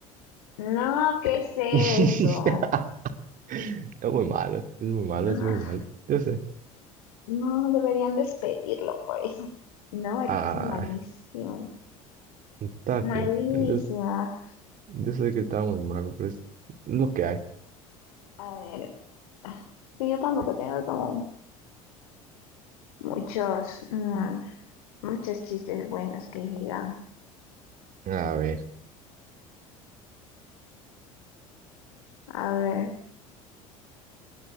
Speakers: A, on the left; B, on the right.
A: No, ¿qué es eso?
B: <laughs> Es muy malo, es muy malo,
A: No,
B: es muy malo. Yo sé.
A: no, deberían despedirlo por eso. No, es
B: Ah,
A: que es malísimo,
B: está
A: malísima.
B: bien. Entonces. Yo sé que estaba muy malo, pero es lo que hay.
A: A ver, ah, que yo tampoco tengo como muchos, mm, muchos chistes buenos que diga.
B: A ver,
A: A ver,